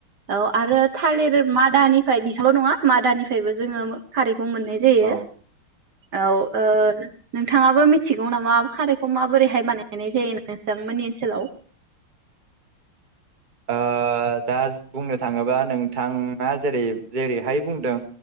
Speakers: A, on the right; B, on the right.
A: औ आरो थालिर मा मादानिफ्राय बिखौल' नङा मादानिफ्रायबो जोङो खारै खौ मोननाय जायो
B: औ
A: औ ओ नोंथाङाबो मिथिगौ नामा खारैखौ माबोरैहाय बानायनाय जायो नोंथांमोननि ओनसोलाव
B: ओ दा बुंनो थाङोबा नोंथाङा जेरै जेरैहाय बुंदों